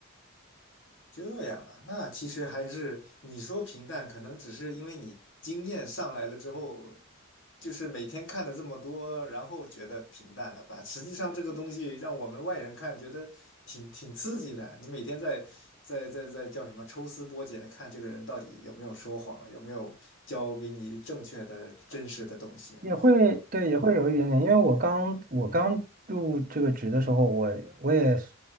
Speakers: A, on the left (about 65°); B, on the right (about 45°).
A: 这样啊，那其实还是你说平淡，可能只是因为你经验上来了之后，就是每天看了这么多，然后觉得平淡了吧？实际上这个东西让我们外人看，觉得挺挺刺激的。你每天在在在在叫什么抽丝剥茧的看这个人到底有没有说谎，有没有教给你正确的真实的东西啊。
B: 也会对，也会有一点点，因为我刚我刚入这个职的时候，我我也是